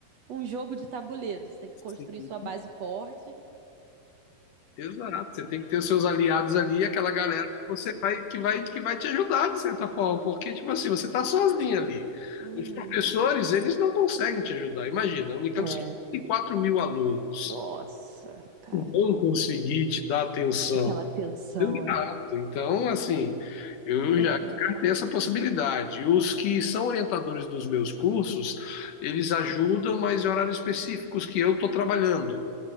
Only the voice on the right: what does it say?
um jogo de tabuleiro. Você tem que
construir sua base forte.
Uhum.
É.
Nossa, cara.
Aquela tensão,
é.
Uhum.